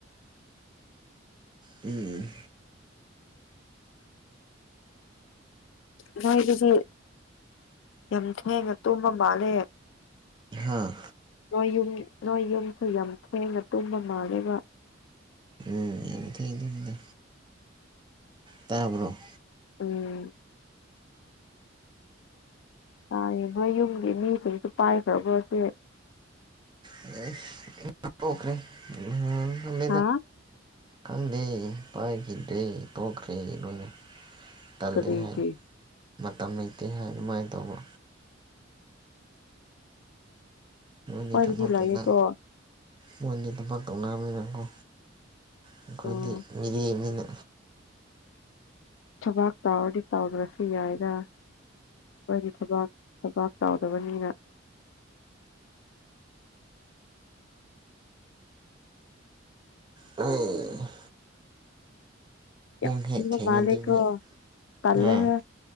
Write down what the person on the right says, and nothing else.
ꯎꯝ
ꯍꯥꯥ
ꯎꯝ ꯌꯥꯝ ꯊꯦꯡꯗꯕꯥꯅꯤꯗ ꯇꯥꯕ꯭ꯔ‌ꯣ
ꯑꯦꯁ ꯇꯣꯛꯈ꯭ꯔꯦ <unintelligible>
ꯈꯪꯗ‌ꯦ ꯄꯥꯏꯒꯤꯗ‍꯭ꯔ‌ꯦ ꯇ‌ꯣꯛꯈꯔꯦ ꯅ‌ꯣꯏꯅ ꯇꯜꯂ‌ꯦ
ꯍꯥꯏ ꯃꯇꯝ ꯂꯩꯇꯦ ꯍꯥꯏ ꯑꯗꯨꯃꯥꯏꯅ ꯇꯧꯕ ꯅꯣꯏꯅꯤ
ꯊꯕꯥꯛ
ꯇꯧꯅ ꯃꯣꯏꯗꯤ ꯊꯕꯛ ꯇꯧꯔꯕꯅꯤꯅꯀꯣ ꯑꯩꯈꯣꯏꯗꯤ
ꯃꯤꯔꯦꯝꯅꯤꯅ
ꯍꯣꯏ
ꯍꯦꯛ ꯊꯦꯡꯉꯗꯤ
ꯃꯤꯠ
ꯍꯥ